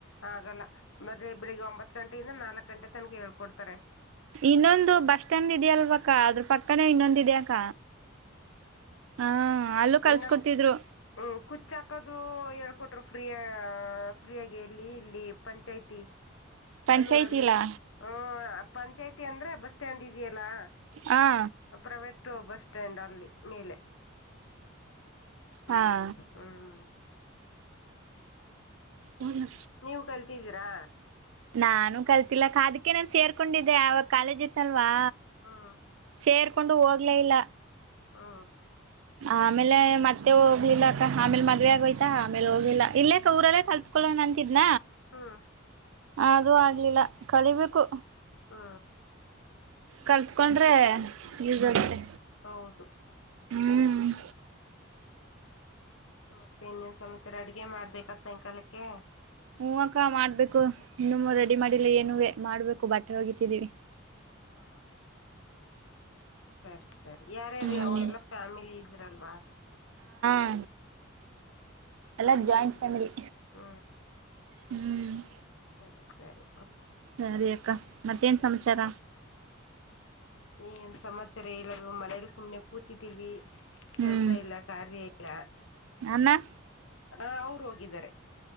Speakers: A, on the left; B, on the right.
A: ಆಗಲ್ಲ ಮತ್ತೆ ಬೆಳಿಗ್ಗೆ ಒಂಬತ್ ಗಂಟೆಯಿಂದ ನಾಲ್ಕ ಗಂಟೆ ತನಕ ಹೇಳ್ಕೊಡ್ತಾರೆ.
B: ಇನ್ನೊಂದು ಬಸ್ ಸ್ಟ್ಯಾಂಡ್ ಇದೆಯಲ್ವಾಕ್ಕ ಅದ್ರ ಪಕ್ಕನೇ ಇನ್ನೊಂದ ಇದ್ಯಾಕ. ಹಾ. ಅಲ್ಲೂ ಕಲ್ಸ್ಕೊಡ್ತಿದ್ರು
A: ನಮ ಹ್ಮ ಕುಚ್ಚಾಕದು. ಕೊಟರು ಫ್ರೀಯ ಫ್ರೀ ಆಗ ಎಲ್ಲಿ ಇಲ್ಲಿ ಪಂಚಾಯ್ತಿ.
B: ಪಂಚಾಯತಿಲಾ
A: ಅನ್ನೂರಲ್ಲಿ ಹ ಪಂಚಾಯತಿ ಅಂದ್ರೆ ಬಸ್ ಸ್ಟ್ಯಾಂಡ್ ಇದೆಯಲ್ಲಾ.
B: ಹ
A: ಪ್ರೈವಟ್ ಬಸ್ ಸ್ಟ್ಯಾಂಡ್ ಅಲ್ಲಿ ಮೇಲೆ ಹ್ಮ
B: ಹಾ
A: ಹೂಂ
B: ಹ್ಮ
A: ನೀವು ಕಲ್ತಿದ್ದೀರಾ
B: ನಾನು ಕಲ್ತಿಲ್ಲ ಅದಕ್ಕೆ ನಾನ್ ಸೇರ್ಕೊಂಡಿದ್ದೆ ಅವಾಗ ಕಾಲೇಜ್ ಇತ್ತಲ್ ವಾ
A: ಹ್ಮ್
B: ಸೇರ್ಕೊಂಡು ಹೋಗ್ಲೇ ಇಲ್ಲ
A: ಹ್ಮ
B: ಆಮೇಲೆ ಮತ್ತೆ ಹೋಗ್ಲಿಲ್ಲಕ್ಕ ಆಮೇಲೆ ಮದ್ವೆ ಆಗ ಹೋಯ್ತಾ ಆಮೇಲೆ ಹೋಗಿಲ್ಲ
A: ಹ್ಮ್
B: ಇಲ್ಲೇ ಊರಲ್ಲೇ ಕಲ್ತ್ಕೊಳ್ಳೋಣ ಅಂತಿದ್ನ
A: ಹ್ಮ್
B: ಅದು ಆಗ್ಲಿಲ್ಲ ಕಲಿಬೇಕು
A: ಹಾ
B: ಕಲ್ತ್ಕೊಂಡ್ರೆ ಯೂಸ್ ಆಗತ್ತೆ
A: ಹೌದು
B: ಹ್ಮ್
A: ಮತ್ತೆ ಇನ್ನೇನ್ ಸಮಾಚಾರ ಅಡ್ಗೆ ಮಾಡ್ಬೇಕ ಸಾಯಂಕಾಲಕ್ಕೆ.
B: ಹೂ ಅಕ್ಕ ಮಾಡ್ಬೇಕು ಇನ್ನುಮ್ಮ ರೆಡಿ ಮಾಡಿಲ್ಲ ಏನು ಮಾಡ್ಬೇಕು ಬಟ್ಟೆ ಒಗಿತಿದೀವಿ
A: ಹಾ ಸರಿ ಸರಿ ಯಾರ್ಯಾರೀ
B: ಹ್ಮ್
A: ಅವ ಎಲ್ಲಾ ಫ್ಯಾಮಿಲಿ ಇದ್ರಲ್ವಾ
B: ಹ
A: ಹ್ಮ್
B: ಎಲ್ಲ ಜಾಯಿಂಟ್ ಫ್ಯಾಮಿಲಿ
A: ಹ್ಮ್
B: ಹ್ಮ್
A: ಸರಿ ಸರಿ
B: ಸರಿ ಅಕ್ಕಾ ಮತ್ತೇನ್ ಸಮಾಚಾರ
A: ಏನ್ ಸಮಾಚಾರ ಹೇಳದು ಮನೇಲಿ ಸುಮ್ನೆ ಕೂತಿದ್ದೀವಿ ಕೆಲ್ಸ
B: ಹ್ಮ್
A: ಇಲ್ಲ ಕಾರ್ಯ ಇಲ್ಲ
B: ಅನ್ನ
A: ಅ ಅವ್ರು ಹೋಗಿದ್ದಾರೆ